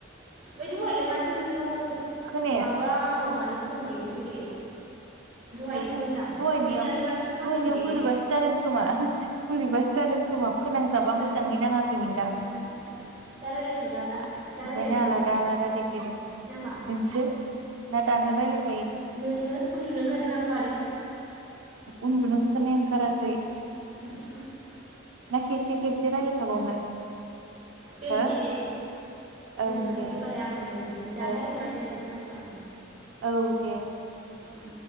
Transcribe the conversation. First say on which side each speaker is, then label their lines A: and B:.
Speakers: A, on the right; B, on the right.
A: ओमफाय दहायलाय माथो नोंनाव
B: खोनाया
A: माबा आंनाव मानो खम देखायखो दे? दहायनिखौ
B: जानो
A: होनदां
B: दहायनियाव
A: ओमफ्राय दालाय माथो समान
B: दहायनियाव
A: समान देखायख
B: बोरैबासो जादों खोमा बोरैबासो जादों खोमा फोनांजाबा
A: जानो
B: मोजाङै नाङाखैमोनदां।
A: ओ दा रायज्लायथ'ला ना
B: ओंखायनो
A: दा रायज्लायनोसै
B: आलादा आलादा देखायदों
A: ना मा
B: नोंसो ना दानो रायलायगोन?
A: नोङो उन्दुनो ओंखारदों ना मादों?
B: उन्दुनो ओंखारनाया ओंखाराखै।
A: <unintelligible>
B: ना खेबसे खेबसे रायलायखाबावनो?
A: दोनसै
B: हो
A: दे
B: ओं
A: दोनथ'नोसै
B: दे
A: होनोमबालाय आङो नै दुगैनि
B: औ
A: दाहा मोनायाव रायलायनोसै नांगौबा।
B: औ दे।
A: उम।